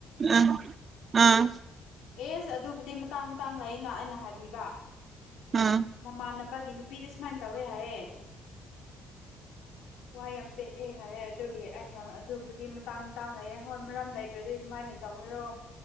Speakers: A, on the right (about 30°); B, on the left (about 85°).
A: ꯑꯝ ꯑꯥ
B: ꯑꯦꯁ ꯑꯗꯨꯕꯨꯗꯤ ꯃꯇꯥꯡ ꯃꯇꯥꯡ ꯂꯩꯅ ꯑꯩꯅ ꯍꯥꯏꯕꯤꯕ
A: ꯑꯥ
B: ꯃꯃꯥꯟꯅꯕꯒꯤ ꯅꯨꯄꯤꯗ ꯁꯨꯃꯥꯏꯅ ꯇꯧꯋꯦ ꯍꯥꯏꯑꯌꯦ ꯋꯥ ꯌꯥꯝ ꯄꯦꯛꯛꯑꯦ ꯍꯥꯏ ꯑꯗꯨꯒꯤ ꯑꯩꯅ ꯑꯗꯨꯕꯨꯗꯤ ꯃꯇꯥꯡ ꯃꯇꯥꯡ ꯂꯩꯑꯦ ꯍꯣꯏ ꯃꯔꯝ ꯂꯩꯇ꯭ꯔꯗꯤ ꯀꯃꯥꯏꯅ ꯇꯧꯔꯣ